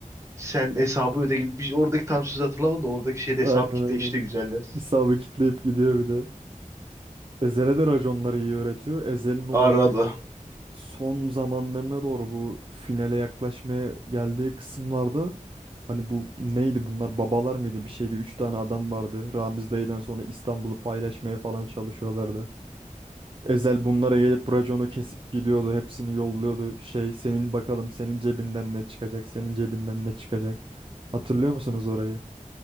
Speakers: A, on the right; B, on the right.
A: sen hesabı öde gibi. Bir, oradaki tam söz hatırlamadım da oradaki şeyde hesabı
B: Aynen
A: kitle
B: aynen.
A: işte güzeldi.
B: Hesabı kitleyip gidiyor bir de. Ezel'e de raconları iyi öğretiyor. Ezel'in o
A: Arada.
B: artık son zamanlarına doğru bu finale yaklaşmaya geldiği kısımlarda hani bu neydi bunlar babalar mıydı bir şeydi 3 tane adam vardı. Ramiz dayıdan sonra İstanbul'u paylaşmaya falan çalışıyorlardı. Ezel bunlara gelip raconu kesip gidiyordu. Hepsini yolluyordu. Şey senin bakalım senin cebinden ne çıkacak? Senin cebinden ne çıkacak? Hatırlıyor musunuz orayı?